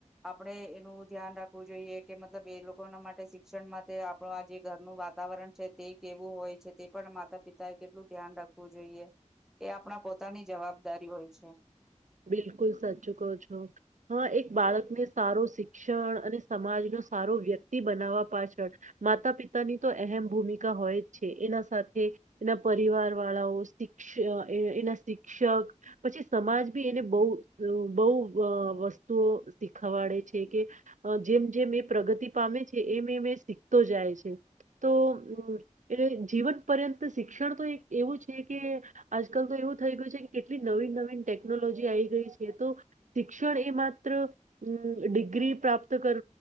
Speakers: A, in the centre; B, on the right.
A: આપણે એનું ધ્યાન ધ્યાન રાખવું જોઈએ કે મતલબ એ લોકોના માટે શિક્ષણ માટે આપણું આ જે ઘરનું વાતાવરણ છે તે કેવું હોય છે તે પણ માતા પિત થાય કેટલું ધ્યાન રાખવું જોઈએ એ આપણા પોતાની જવાબદારી હોય છે.
B: બિલકુલ સાચુ કો છો હા એક બાળકને સારું શિક્ષણ અને સમાજનો સારો વ્યક્તિ બનાવા પાછળ માતા પિતાની તો અહેમ ભૂમિકા હોય જ છે એના સાથ થે એના પરિવાર વાળાઓ શિક્ષ આ એના શિક્ષક પછી સમાજ પે એને બહુ રો બહુ આ વસ્તુઓ શીખવાડે છે કે આ જેમ જેમ તે પ્રગતિ પામે છે એમ એ મેં શીખતો જાય છે. તો એટલે જીવન પર્યંત શિક્ષણ તો એક એવું છે કે આજકાલ તો એ તો થઈ ગયું છે કેટલી નવીન નવીન ટે ટેકનોલોજી આવી ગઈ છે તો શિક્ષણ એ માત્ર ડિગ્રી પ્રાપ્ત કર